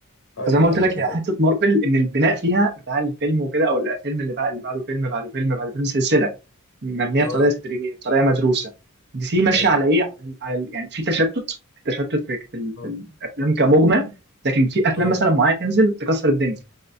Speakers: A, on the left; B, on the right.
A: ايوه
B: فزي ما قلت
A: ايوه
B: لك
A: ايوه
B: هي حته مارفل ان البناء فيها بتاع الفيلم وكده او الفيلم اللي بعد اللي بعده فيلم بعده فيلم بعد فيلم سلسله مبنيه
A: اه
B: بطريقه تدريجيه بطريقه مدروسه دي سي ماشيه
A: ايوه
B: على ايه على, على ال- يعني في تشتت في تشتت في, في, ال-
A: اه
B: في الافلام كمجمل لكن في افلام
A: اه
B: مثلا معينه تنزل تكسر الدنيا